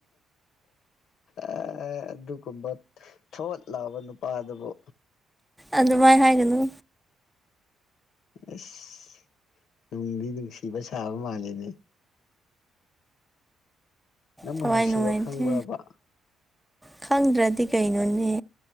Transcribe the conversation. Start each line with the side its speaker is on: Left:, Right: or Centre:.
Left: ꯑꯦ ꯑꯗꯨꯒꯨꯝꯕ ꯊꯣꯠ ꯂꯥꯎꯕ ꯅꯨꯄꯥꯗꯨꯕꯨ
Centre: ꯑꯗꯨꯃꯥꯏ ꯍꯥꯏꯒꯅꯨ
Left: ꯑꯦꯁ ꯅꯨꯡꯗꯤ ꯅꯨꯡꯁꯤꯕ ꯁꯥꯕ ꯃꯥꯂꯦꯅꯦ ꯅꯪꯕꯨ
Centre: ꯊꯋꯥꯏ
Left: ꯅꯨꯡꯁꯤꯕ
Centre: ꯅꯨꯡꯉꯥꯏꯇꯦ
Left: ꯈꯪꯕ꯭ꯔꯕ
Centre: ꯈꯪꯗ꯭ꯔꯗꯤ ꯀꯩꯅꯣꯅꯦ